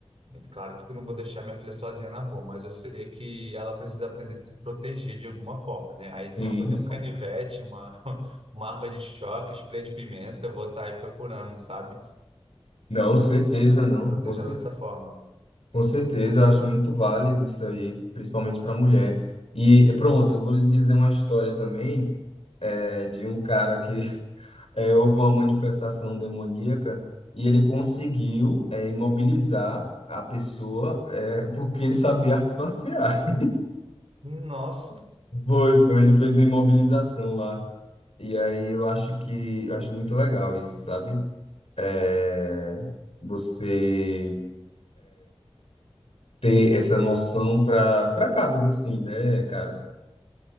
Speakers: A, on the right; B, on the left.
A: É Claro que eu não vou deixar minha filha sozinha na rua, mas eu sei que ela precisa aprender a se proteger de alguma forma, né? Aí
B: Isso.
A: nem que eu dê um canivete, uma, <laughs> uma arma de choque, spray de pimenta, eu vou estar aí procurando, sabe?
B: Não, certeza, não.
A: Proteger
B: Com cer-
A: ela dessa forma.
B: com certeza, eu acho muito válido isso aí, principalmente para mulher. E pronto, eu vou lhe dizer uma história também é, de um cara que <laughs> é, houve uma manifestação demoníaca e ele conseguiu é, imobilizar a pessoa é, porque ele sabia <laughs> artes marciais.
A: Nossa,
B: Foi, foi, ele fez uma imobilização lá. E aí eu acho que eu acho muito legal isso, sabe? É, você ter essa noção para para casos assim, né, cara?